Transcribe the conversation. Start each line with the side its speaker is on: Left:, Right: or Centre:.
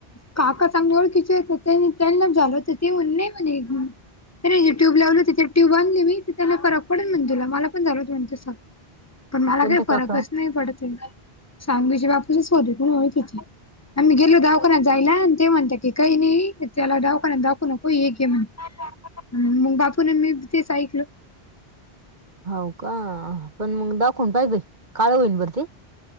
Left: काका चांगल ओळखीचयेत त्यानीं, त्यांना झालं होतं ते येऊन नाही म्हणे. नाही, नाही जे ट्यूब लावलं तिथे ट्यूब आणली मी त त्याला फरक पडल म्हणे तूला, मला पण झाले होते तसं. पण मला
Right: कोणते
Left: काही फरकच
Right: काका
Left: नाही पडते, सांगलीच्या <unintelligible> हो तिथे. आम्ही गेलो दवाखान्यात जायला आणि ते म्हणतात की, काही नाही त्याला दवाखान्यात दाखू नको एके म्हण.
Right: <inaudible>
Left: मग, बापून मी तेच ऐकल.
Right: हो का, पण मग दाखवून पाई बाई काळ होईन बर ते.